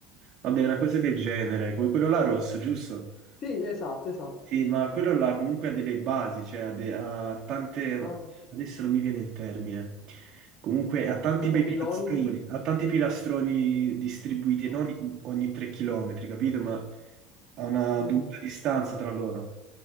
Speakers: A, on the right (about 50°); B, on the left (about 45°).
A: Vabbè,
B: ok.
A: una cosa del genere, que- quello là rosso, giusto?
B: Sì, esatto, esatto.
A: Sì, ma quello là comunque ha delle basi, cioè ha, de- ha tante,
B: Ah,
A: ma adesso non mi viene il termine, comunque ha tanti
B: tipo
A: bei
B: piloni,
A: pilastroni, ha tanti pilastroni distribuiti,
B: ok.
A: non i- ogni tre chilometri, capito? Ma a una
B: Mm.
A: dovuta distanza tra loro.